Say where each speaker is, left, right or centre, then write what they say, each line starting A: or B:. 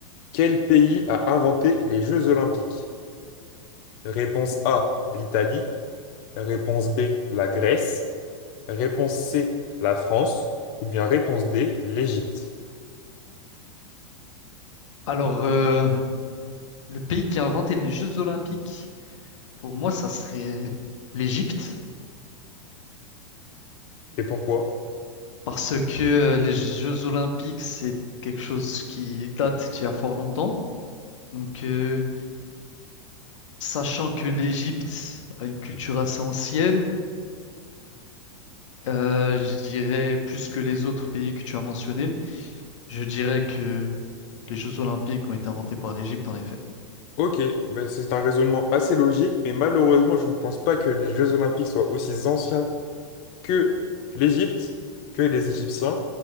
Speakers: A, on the left; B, on the left.
A: Quel pays a inventé les Jeux olympiques? Réponse A, l'Italie. Réponse B, la Grèce. Réponse C, la France. Ou bien réponse D, l'Égypte.
B: Alors, euh, le pays qui a inventé les Jeux Olympiques, pour moi, ça serait l'Égypte.
A: Et pourquoi?
B: Parce que euh, les Jeux Olympiques, c'est quelque chose qui date d'il y a fort longtemps. Donc, euh, sachant que l'Égypte a une culture assez ancienne, euh, je dirais plus que les autres pays que tu as mentionnés, je dirais que les Jeux Olympiques ont été inventés par l'Égypte, en effet.
A: Ok, ben, c'est un raisonnement assez logique, mais malheureusement, je ne pense pas que les Jeux Olympiques soient aussi anciens que l'Égypte, que les Égyptiens,